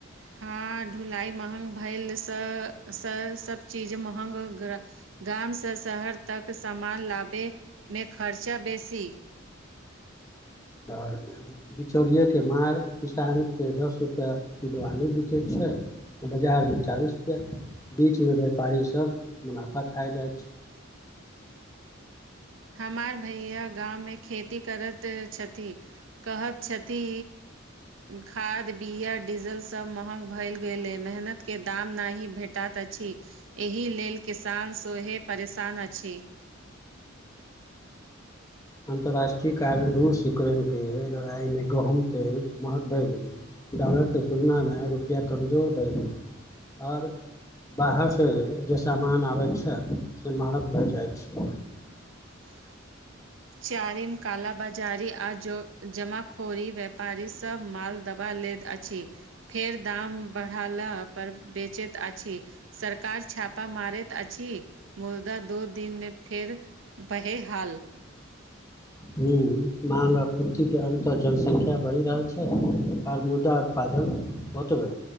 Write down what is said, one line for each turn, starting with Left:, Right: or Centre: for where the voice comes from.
Right: हँ धुलाई महंग भैल स सभ चीज महंग गामसँ सभ शहर तक सामान लाबे मे खर्चा बेसी
Left: ओर बिचौलिएके मार किसानके दस रुपैआ किलो आलू बिकै छै बजारमे चालीस रुपैआ बीचमे व्यापारीसभ मुनाफा खाए जाइ छै
Right: हमार भैया गाँव मे खेती करत छथि कहैत छथि खाद बिया डीजल सभ महंग भएल गेले मेहनत के दाम नहि भेटात अछि एहि लेल किसान सोहे परेशान अछि
Left: अन्तर्राष्ट्रीय कारण रूस यूक्रेनके लड़ाइमे गहूँम तेल महंग भएि गेलै ॉलर के तुलना मे रुपआ कमजोर भै गेलै और बाहरसँ जे सामान आबैत छै से महंग भए जाइत छै
Right: <inaudible> चारिम काला बाजारी आ जो जमा ख खोरी व्यापारी सब माल दबा लेत अछि फेर दाम बढ़ाला पर बेचेत अछि सरकार छापा मारैत अछि मुदा दो दिन मे फेर बहे हाल
Left: ह महंगा पूर्ति के अन्तः जनसंख्या बढ़ि रहल छै छै और मुदा उत्पादन बतबै